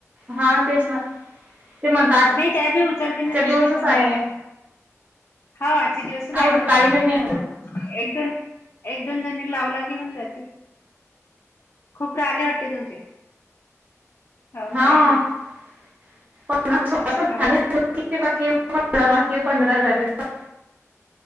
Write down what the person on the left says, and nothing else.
नाही त्या बी उचलतील
ना त्यांच्या
पण
राहिल्या. हाव आजचे दिवसच
आहे म्हणतात
पण एक-दोन, एक-दोन जणी लावला की होऊन जाते. खूप काहिले वाटते तुमचे हावू
का? <unintelligible>
हाव ना